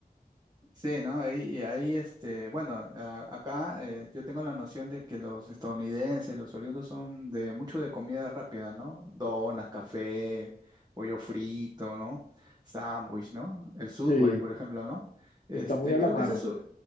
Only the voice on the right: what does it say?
Sí, ¿no? Ahí, y ahí, este, bueno, a- acá eh, yo tengo la noción de que los estadounidenses, los oriundos son de mucho de comida rápida, ¿no? Donas, café, pollo frito, ¿no? Sándwich, ¿no? El Subway,
por ejemplo, ¿no? Este,
creo
que ese es, su-